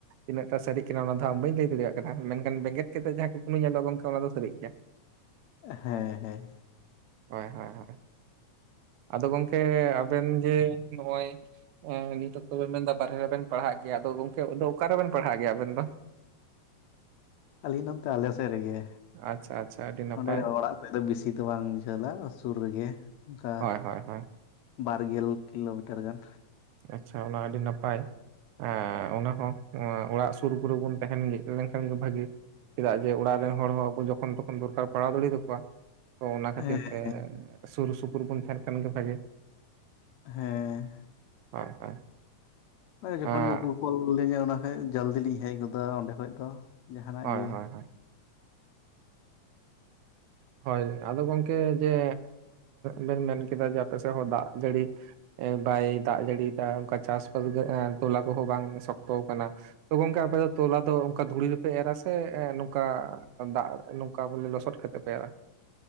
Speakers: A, on the right; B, on the left.
A: ᱛᱤᱱᱟᱹᱜ ᱴᱟ ᱥᱟᱹᱨᱤᱜ ᱠᱟᱱᱟ ᱚᱱᱟ ᱫᱚ ᱦᱟᱸᱜ ᱵᱟᱹᱧ ᱞᱟᱹᱭ ᱫᱟᱲᱮᱭᱟᱜ ᱠᱟᱱᱟ, ᱢᱮᱱᱠᱷᱟᱱ ᱵᱮᱸᱜᱮᱫ ᱠᱮᱛᱮᱜ ᱡᱟᱦᱟᱸ ᱠᱩᱠᱱᱩᱧ ᱧᱮᱞᱫᱟ ᱜᱚᱝᱠᱮ ᱚᱱᱟ ᱫᱚ ᱥᱟᱹᱨᱤᱜ ᱜᱮᱭᱟ ᱾
B: ᱦᱮᱸ ᱦᱮᱸ
A: ᱦᱳᱭ ᱦᱳᱭ ᱦᱳᱭ᱾ ᱟᱫᱚ ᱜᱚᱝᱠᱮ ᱟᱵᱮᱱ ᱡᱮ ᱱᱚᱜ-ᱚᱭ ᱱᱤᱛᱚᱜ ᱛᱚ ᱵᱮᱱ ᱢᱮᱱ ᱮᱫᱟ ᱵᱟᱦᱨᱮ ᱨᱮᱵᱮᱱ ᱯᱟᱲᱦᱟᱜ ᱜᱮᱭᱟ, ᱟᱫᱚ ᱜᱚᱝᱠᱮ ᱚᱰᱩ ᱚᱠᱟᱨᱮ ᱨᱮᱵᱮᱱ ᱯᱟᱲᱦᱟᱜ ᱜᱮᱭᱟ ᱟᱵᱮᱱ ᱫᱚ? <inaudible>
B: ᱟᱹᱞᱤᱧ ᱫᱚ ᱚᱱᱛᱮ ᱟᱞᱮ ᱥᱮᱫ ᱨᱮ ᱜᱮ,
A: ᱟᱪᱪᱷᱟ ᱟᱪᱪᱷᱟ ᱟᱹᱰᱤ ᱱᱟᱯᱟᱭ
B: ᱱᱚᱸᱰᱮ ᱚᱲᱟᱜ ᱫᱚ ᱵᱮᱥᱤ ᱫᱚ ᱵᱟᱝ ᱡᱷᱟᱹᱞᱟ ᱥᱩᱨ ᱨᱮ ᱜᱮ ᱚᱱᱠᱟ
A: ᱦᱳᱭ ᱦᱳᱭ ᱦᱳᱭ
B: ᱵᱟᱨ ᱜᱮᱞ ᱠᱤᱞᱳ ᱢᱤᱴᱟᱨ ᱜᱟᱱ᱾
A: ᱟᱪᱪᱷᱟ, ᱚᱱᱟ ᱟᱹᱰᱤ ᱱᱟᱯᱟᱭ᱾ ᱟᱨ ᱚᱱᱟ ᱦᱚᱸ ᱚᱲᱟᱜ ᱥᱩᱨ ᱠᱚ ᱨᱮ ᱵᱚᱱ ᱛᱟᱦᱮᱸᱱ ᱞᱮᱱᱠᱷᱟᱱ ᱜᱮ ᱵᱷᱟᱜᱤ᱾ ᱪᱮᱫᱟᱜ ᱡᱮ ᱚᱲᱟᱜ ᱨᱮᱱ ᱦᱚᱲ ᱦᱚᱸ ᱟᱵᱚ ᱡᱚᱠᱷᱚᱱ ᱛᱚᱠᱷᱚᱱ ᱫᱚᱨᱠᱟᱨ ᱯᱟᱲᱟᱣ ᱫᱟᱲᱮᱭᱟ ᱛᱟᱠᱚᱣᱟ᱾ ᱛᱚ ᱚᱱᱟ ᱠᱷᱟᱹᱛᱤᱨ
B: ᱦᱮᱸ
A: ᱛᱮ
B: ᱦᱮᱸ
A: ᱥᱩᱨ ᱥᱩᱯᱩᱨ ᱵᱚᱱ ᱛᱟᱦᱮᱱ ᱠᱷᱟᱱ ᱜᱮ ᱵᱷᱟᱜᱮ᱾
B: ᱦᱮᱸ,
A: ᱦᱳᱭ ᱦᱳᱭ,
B: ᱡᱚᱠᱷᱚᱱ
A: ᱟᱸ
B: ᱜᱮ ᱠᱚ ᱠᱚᱞ ᱟᱞᱤᱧᱟᱹ ᱚᱱᱟ ᱠᱷᱟᱡ ᱡᱚᱞᱫᱤ ᱞᱤᱧ ᱦᱮᱡ ᱜᱚᱫᱚᱜ-ᱟ ᱚᱸᱰᱮ ᱠᱷᱚᱡ ᱫᱚ᱾ ᱡᱟᱦᱟᱱᱟᱜ
A: ᱦᱳᱭ
B: ᱜᱮ
A: ᱦᱳᱭ ᱦᱳᱭ ᱦᱳᱭ, ᱟᱫᱚ ᱜᱚᱝᱠᱮ ᱡᱮ ᱵᱮᱱ ᱢᱮᱱ ᱠᱮᱫᱟ ᱡᱮ ᱟᱯᱮ ᱥᱮᱫ ᱦᱚᱸ ᱫᱟᱜ ᱡᱟᱹᱲᱤ ᱮ ᱵᱟᱭ ᱫᱟᱜ ᱡᱟᱹᱲᱤᱭᱫᱟ, ᱚᱱᱠᱟ ᱪᱟᱥ ᱠᱚᱫᱚ ᱛᱚᱞᱟ ᱠᱚᱦᱚᱸ ᱵᱟᱝ ᱥᱚᱠᱛᱚ ᱟᱠᱟᱱᱟ᱾ ᱛᱚ ᱜᱚᱝᱠᱮ ᱟᱯᱮ ᱫᱚ ᱛᱚᱞᱟ ᱫᱚ ᱚᱝᱠᱟ ᱫᱷᱩᱲᱤ ᱨᱮᱯᱮ ᱮᱨᱟ ᱥᱮ ᱱᱚᱝᱠᱟ ᱫᱟᱜ ᱱᱚᱝᱠᱟ ᱵᱚᱞᱮ ᱞᱚᱥᱚᱫ ᱠᱟᱛᱮᱫ? ᱯᱮ ᱮᱨᱟ᱾